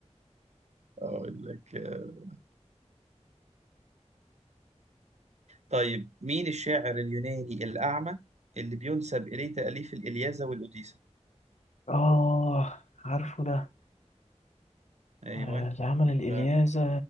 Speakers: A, on the right; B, on the left.
A: اقول لك آه. طيب مين الشاعر اليوناني الأعمى اللي بينسب إليه تأليف الإلياذة والأوديسة
B: آه عارفه ده
A: أيوان
B: آه، العمل
A: مين
B: الإلياذة
A: بقى؟